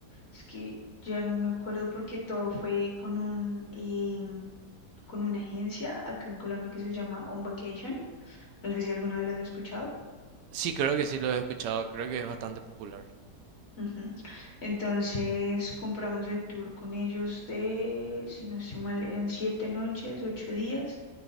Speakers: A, on the left (about 50°); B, on the right (about 85°).
A: Es que ya no me acuerdo porque todo fue con un em, con una agencia acá en Colombia que se llama On Vacation. No sé si alguna vez las has escuchado.
B: Sí, creo que sí lo he escuchado, creo que es bastante popular.
A: Ujú. Entonces compramos el tour con ellos de, si no estoy mal, eran siete noches, ocho días